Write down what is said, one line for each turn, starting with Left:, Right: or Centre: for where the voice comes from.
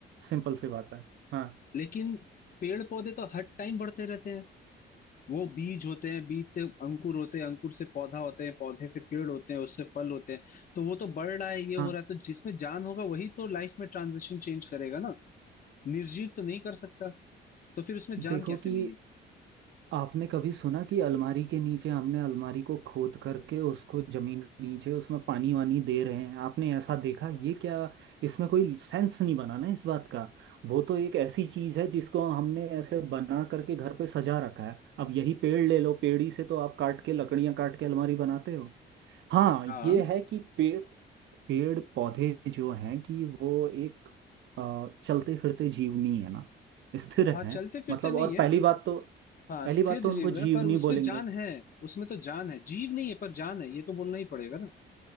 Right: सिंपल सी बात है हाँ
Left: लेकिन पेड़ पौधे तो हर टाइम बढ़ते रहते हैं वो बीज होते हैं बीज से अंकुर होते हैं अंकुर से पौधा होते हैं पौधे से पेड़ होते हैं उससे फल होते हैं तो वो तो बढ़ रहा है ये हो
Right: हाँ
Left: रहा है तो जिसमें जान होगा वही तो लाइफ में ट्रांजिशन चेंज करेगा ना निर्जीव तो नहीं कर सकता तो फिर उसमें जान
Right: देखो
Left: कैसे
Right: कि
Left: नहीं है
Right: आपने कभी सुना कि अलमारी के नीचे हमने अलमारी को खोद करके उसको जमीन के नीचे उसमें पानी वानी दे रहे हैं आपने ऐसा देखा
Left: हम्म।
Right: ये क्या इसमें कोई सेंस नहीं बना ना इस बात का वो तो एक ऐसी चीज है जिसको हमने ऐसे बना करके घर पे सजा रखा है अब यही पेड़ ले लो पेड़ ही से तो आप काट के लकड़ियां काट के अलमारी बनाते हो हाँ
Left: हाँ
Right: ये है कि पेड़ पेड़ पौधे जो हैं कि वो एक अ, चलते फिरते जीवनी है ना स्थिर
Left: हाँ
Right: है
Left: चलते फिरते
Right: मतलब
Left: नहीं
Right: और पहली
Left: है
Right: बात तो
Left: हाँ
Right: पहली
Left: स्थिर
Right: बात
Left: जीव
Right: तो उनको
Left: है
Right: जीवनी
Left: पर उसमें
Right: बोलेंगे
Left: जान है उसमें तो जान है जीव नहीं है पर जान है ये तो बोलना ही पड़ेगा ना